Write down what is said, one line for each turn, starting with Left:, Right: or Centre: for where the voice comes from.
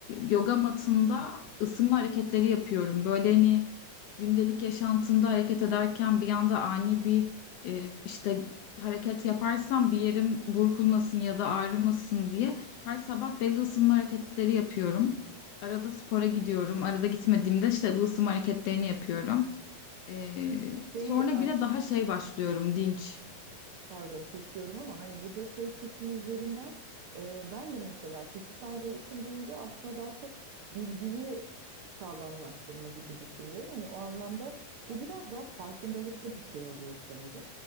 Left: yoga matında ısınma hareketleri yapıyorum. Böyle hani gündelik yaşantımda hareket ederken bir anda ani bir e, işte hareket yaparsam bir yerim burkulmasın ya da ağrımasın diye her sabah belli ısınma hareketleri yapıyorum. Arada spora gidiyorum. Arada gitmediğimde işte bu ısınma hareketlerini yapıyorum. Ee,
Right: Şeyi
Left: sonra güne
Right: ay
Left: daha şey başlıyorum, dinç.
Right: Pardon kesiyorum ama hani burada şey kısmı üzerinden e, ben de mesela kişisel gelişim deyince aslında daha çok bilgiyi sağlamlaştırma gibi düşünüyorum. Hani o anlamda bu biraz daha farkındalıklı bir şey oluyor sanırım.